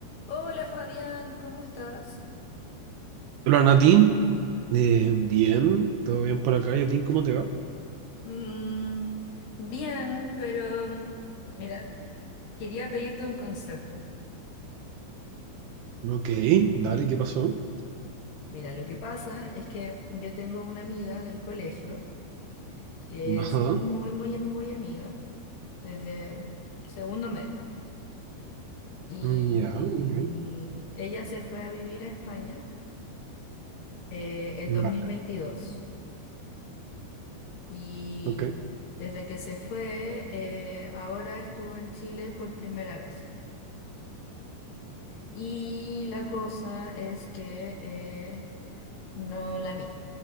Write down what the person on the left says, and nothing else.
Hola Fabián, ¿cómo estás?
Mm, bien, pero mm, mira, quería pedirte un consejo.
Mira, lo que pasa es que yo tengo una amiga del colegio que
es muy, muy, muy amiga desde segundo medio. Y
ella se fue a vivir a España eh, el
dos mil veintidós Y
desde que se fue, eh, ahora estuvo en Chile por primera vez. Y la cosa es que eh, no la vi.